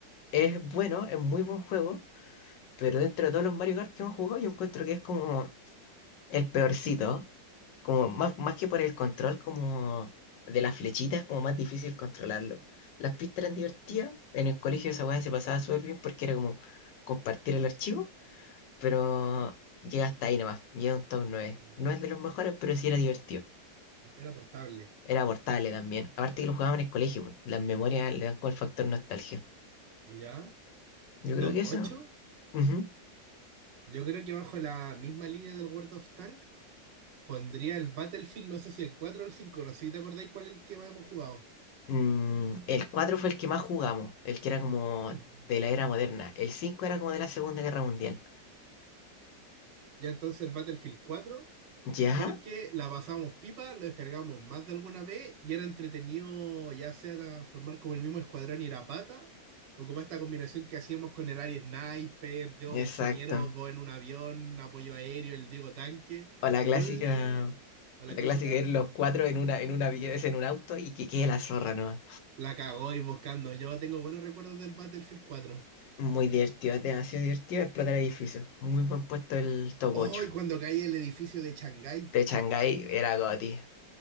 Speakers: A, on the left (about 75°); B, on the right (about 75°).
A: Es bueno, es muy buen juego, pero dentro de todos los Mario Kart que hemos jugado, yo encuentro que es como el peorcito. Como más, más que por el control como de las flechitas, como más difícil controlarlo. Las pistas eran divertidas. En el colegio esa weá se pasaba súper bien porque era como compartir el archivo, pero llega hasta ahí nomás. Llega a un top nueve
B: Mm,
A: No es de los mejores, pero sí era divertido.
B: Era portable.
A: Era abortable también. Aparte que lo jugaban en el colegio, po. las memorias le dan como el factor nostalgia.
B: ¿Ya?
A: Yo creo
B: ¿Top
A: que eso.
B: ocho
A: ujú.
B: Yo creo que bajo la misma línea del World of Tank Pondría el Battlefield, no sé si el 4 o el cinco no sé si te acordáis cuál es el que más hemos jugado.
A: Mm, el 4 fue el que más jugamos, el que era como
B: <clears throat>
A: de la era moderna. El 5 era como de la Segunda Guerra Mundial.
B: Ya entonces el Battlefield cuatro
A: ¿Ya?
B: porque la pasamos pipa, lo descargamos más de alguna vez y era entretenido ya sea de formar como el mismo escuadrón ir a pata, o como esta combinación que hacíamos con el Ari Sniper, yo
A: Exacto.
B: ingeniero, vos en un avión, apoyo aéreo, el Diego tanque.
A: O la
B: Igual,
A: clásica,
B: o la
A: la
B: clásica,
A: clásica ir los cuatro en una, en una vez en un auto y que quede la zorra nomás.
B: la cagó ir buscando. Yo tengo buenos recuerdos del Battlefield cuatro
A: Muy divertido, es demasiado divertido explotar edificios. Muy buen puesto el top
B: Oh,
A: ocho
B: y cuando cae el edificio de Shanghái.
A: De Shanghái era goti.